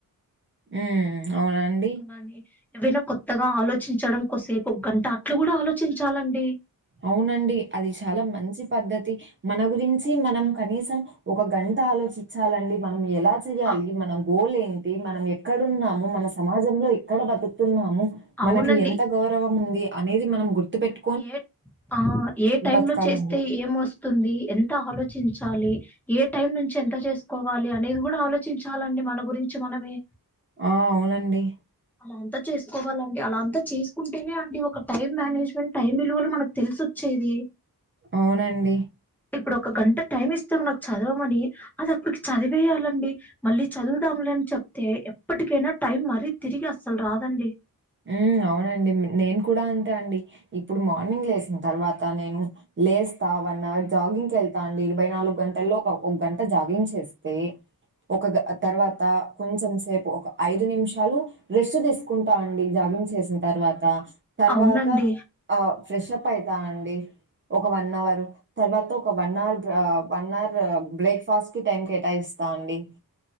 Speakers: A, on the right; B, in the centre.
A: ఉ అవున అండి
B: అండి ఏవైనా కొత్తగా ఆలోచించడం కొస్సేపు ఒగ్గంట అట్ల గూడ ఆలోచించాలండి
A: అవునండి అది చాలా మంచి పద్ధతి మన గురించి మనం కనీసం ఒక గంట ఆలోచిచ్చాలండి మనం ఎలా చెయ్యాలి
B: అ
A: మనం గోలేం టి మనం ఎక్కడున్నాము మన సమాజంలో ఎక్కడ బతుక్తున్నాము
B: అవునండి.
A: మనకి ఎంత గౌరవం ఉంది అనేది మనం గుర్తు పెట్టు
B: ఏ ఆ ఏ టైమ్
A: బతకాలండి.
B: లో చేస్తే ఏం వస్తుంది ఎంత ఆలోచించాలి ఏ టైం నుంచి ఎంత చేసుకోవాలి అనేది గూడ ఆలోచించాలండి మన గురించి మనమే
A: ఆ అవునండి
B: అలా అంత చేసుకోవాలండి అలా అంతా చేసుకుంటేనే అండి ఒక టైం మేనేజ్మెంట్ టైం విలువలు మనకు తెలిసొచ్చేది
A: అవునండి
B: ఇప్పుడు ఒక గంట టైమ్ ఇస్త మనకు చదవమని అదప్పుడు చదివేయాలండి మళ్ళీ చదువుదాంలేని చెప్తే ఎప్పటికైనా టైం మరీ తిరిగి అస్సలు రాదండి
A: ఉమ్ అవునండి నేను కూడ అంతే అండి, ఇప్పుడు మార్నింగ్ లేసిన్తర్వాత నేను లేస్త వన్ అవర్ జాగింగ్కి కెళ్తా అండి ఇరవై నాలుగు గంటల్లో ఒక ఒక గంట జాగింగ్ చేస్తే ఒక గ తర్వాత కొంచెం సేపు ఒక ఐదు నిమిషాలు రెస్ట్ తీసుకుంటా అండి జాగింగ్ చేసిన తర్వాత తర్వాత
B: అవునండి
A: ఆ ఫ్రెష్ అప్ అయితా అండి ఒక వన్ అవర్ తర్వాత ఒక వన్ అవర్ ఆ వన్ అవర్ బ్రేక్ఫాస్ట్ కి టైం కేటాయిస్తా అండి